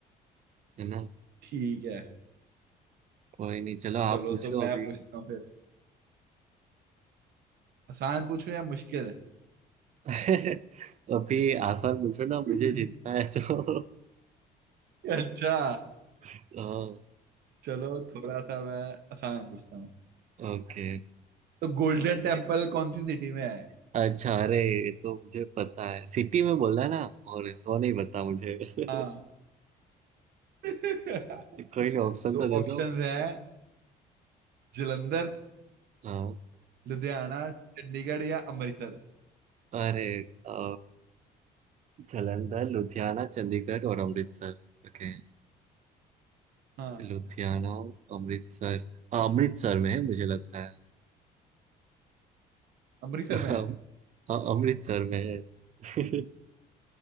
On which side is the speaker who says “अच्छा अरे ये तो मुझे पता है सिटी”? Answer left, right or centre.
Right